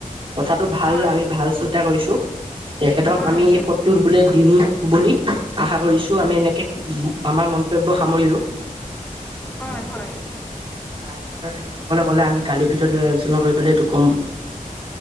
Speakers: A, on the right; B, on the left.
A: কথাটো ভাল,
B: হয়
A: আমি ভাল চিন্তা কৰিছোঁ। এখেতক
B: হয়
A: আমি এই পদটোত বোলে দিম বুলি আশা কৰিছোঁ। আমি এনেকে আমাৰ মন্তব্য সামৰিলোঁ।
B: হয়, হয়।
A: তাৰপিছত তেখেতসকলে ক'লে আমি কালিৰ ভিতৰত লৈ আলোচনা কৰিব পেলে এইটো ক'ম।